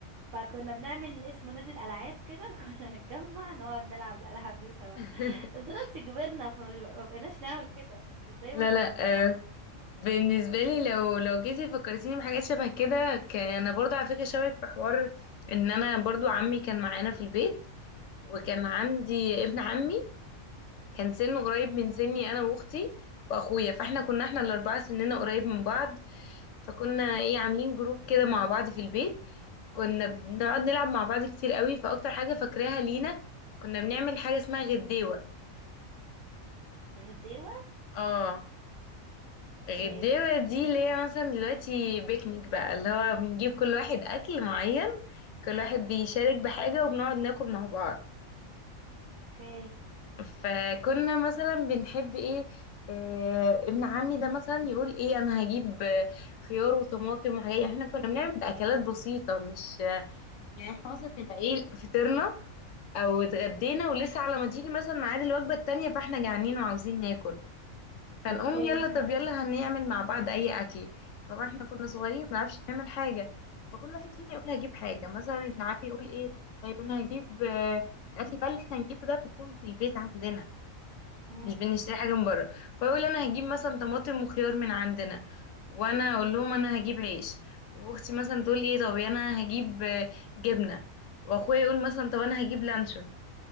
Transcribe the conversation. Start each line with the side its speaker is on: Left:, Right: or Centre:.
Right: فكنا بنعمل اسمه نادي الألعاب كده <laughs> كنا نتجمع نقعد نلعب الألعاب دي سوا
Left: <laughs>
Right: بس دلوقتي كبرنا فمش ب- ما بقيناش نعمل كده بس دايما
Left: لا
Right: لما
Left: لا آه، بالنسبه
Right: مم.
Left: لي لو لو جيتي فكرتيني بحاجات شبه كده كان انا برضو على فكره شبهك في حوار ان انا برضو عمي كان معانا في البيت وكان عندي ابن
Right: اوكي
Left: عمي كان سنه قريب من
Right: مم.
Left: سني انا واختي واخويا فاحنا
Right: اوكي
Left: كنا احنا الاربعه سننا قريب من بعض فكنا ايه عاملين جروب كده مع بعض في البيت كنا بنقعد نلعب مع بعض كتير قوي فاكتر حاجه فاكراها لينا كنا بنعمل حاجه اسمها غديوه
Right: مم. غديوة
Left: اه
Right: اوكي
Left: غديوه دي اللي هي مثلا دلوقتي بيكنيك بقى اللي هو بنجيب كل واحد اكل معين كل واحد بيشارك بحاجه وبنقعد ناكل مع بعض
Right: اوكي
Left: فكنا مثلا بنحب ايه آه، ابن عمي ده مثلا يقول ايه انا هجيب آه، خيار وطماطم وحاجات يعني احنا كنا بنعمل اكلات بسيطه مش آه، يعني احنا مثلا نبقى ايه فطرنا او اتغدينا ولسه على ما تيجي مثلا ميعاد الوجبه التانيه فاحنا جعانين وعاوزين ناكل فنقوم
Right: اوكي
Left: يلا
Right: ماشي
Left: طب يلا هنعمل مع بعض اي اكل طبعا احنا كنا صغيرين ما بنعرفش نعمل حاجه فكل واحد فينا يقول هجيب حاجه مثلا ابن عمي يقول ايه طيب انا هجيب آه، الاكل بقى اللي احنا هنجيبه ده بيكون في البيت عندنا
Right: مم.
Left: مش بنشتري حاجه من بره فيقول انا هجيب مثلا طماطم وخيار من عندنا وانا اقول لهم انا هجيب عيش واختي مثلا تقول لي طب انا هجيب آه، جبنه واخويا يقول مثلا طب انا هجيب لانشون